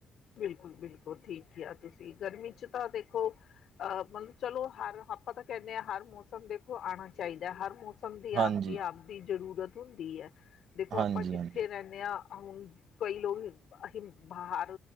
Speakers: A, on the left (about 65°); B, on the right (about 65°).
A: ਬਿਲਕੁਲ- ਬਿਲਕੁਲ ਠੀਕ ਆ, ਤੁਸੀਂ ਗਰਮੀ ਚ ਤਾਂ ਦੇਖੋ। ਅ ਮਤਲਬ ਚਲੋ, ਹਰ ਆਪਾਂ ਤਾਂ ਕਹਿੰਦੇ ਹਾਂ ਹਰ ਮੌਸਮ ਦੇਖੋ ਆਉਣਾ ਚਾਹੀਦਾ। ਹਰ ਮੌਸਮ ਸਭ ਦੀ
B: ਹਾਂਜੀ
A: ਆਪਦੀ ਆਪਦੀ ਜਰੂਰਤ ਹੁੰਦੀ ਏ ਦੇਖੋ
B: ਹਾਂਜੀ
A: ਆਪਾਂ ਜਿੱਥੇ
B: ਹਾਂਜੀ
A: ਰਹਿੰਦੇ। ਆਂ, ਹੁਣ ਕਈ ਲੋਕ ਅਸੀਂ ਬਾਹਰ